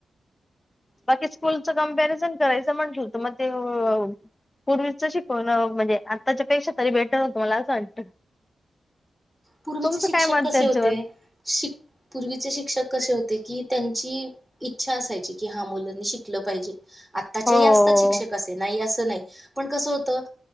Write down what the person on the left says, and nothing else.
बाकी स्कूलच कंपरिजण करायचं म्हंटलं होत मग ते. पूर्वीच शिकवून म्हणजे आत्ताच्या पेक्षा तरी बेटर होतं मला असं वाटतं.
तुमचं
काय मत
त्याच्यावर
हो